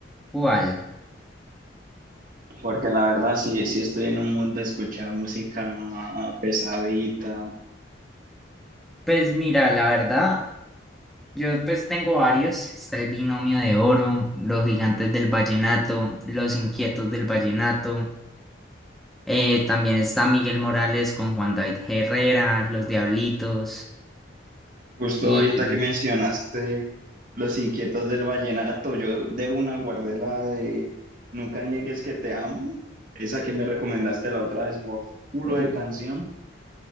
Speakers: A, in the centre; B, on the right.
A: cuál.
B: Porque la verdad, sí, sí estoy en un mood de escuchar música ah, pesadita.
A: Pues mira, la verdad, yo pues tengo varios. Está el Binomio de Oro, Los Gigantes del Vallenato, Los Inquietos del Vallenato. Eh, también está Miguel Morales con Juan David Herrera, Los Diablitos.
B: Justo
A: Y
B: ahorita que mencionaste Los Inquietos del Vallenato, yo de una guardé la de Nunca niegues que te amo, esa que me recomendaste la otra vez, bof, culo
A: uh,
B: de canción.